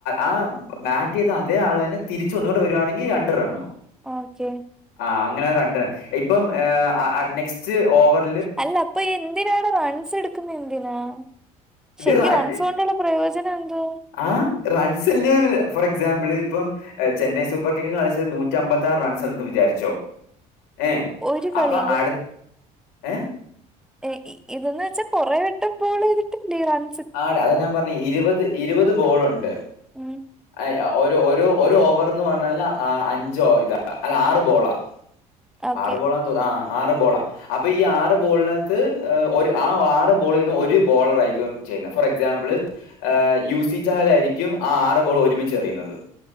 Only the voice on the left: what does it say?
ആഹ് ബാറ്റ് ചെയ്ത അതേ ആൾ തന്നെ തിരിച്ചൊന്നൂടെ വരുവാണെങ്കിൽ രണ്ട് റണ്ണാവും
ആഹ് അങ്ങനരണ്ട്റൺ ഇപ്പം നെക്സ്റ്റ് ഓവർ
ഇത് റൺ
ആഹ് റൺസ് അല്ലെ ഫോർ എക്സാമ്പിൾ ഇപ്പം ചെന്നൈ സൂപ്പർ കിങ് കളിച്ച നൂ റ്റിഅമ്പത്തി ആറ് റൺസ് എടുത്തൂ ന്ന് വിചാരിച്ചോ ആഹ്
അപ്പൊ അടു ഏ
ആഹ് ടാ അതാ ഞാൻ പറഞ്ഞെ ഇരുപത് ഇരുപത് ബോളുണ്ട്
അഹ് ഒരു ഒരു ഓവർന്ന് പറഞ്ഞാല് അഞ്ചോ ഇതാ അല്ല ആറ് ബോളാ
ആറ് ബോളാന്ന് തോന്നണ് ആഹ് ആറ് ബോള അപ്പൊ ഈ ആറ് ബോളിനകത്ത് ഒരു ആ ആറ് ബോളീന്ന് ഒരു ബോളറായിരിക്കും ചെയ്യുന്നത് ഫോർ എക്സാമ്പിൾ ആ യുസി ചഹൽ ആയിരിക്കും ആ ആറ് ബോൾ ഒരുമിച്ചച്ച് എറിയുന്നത്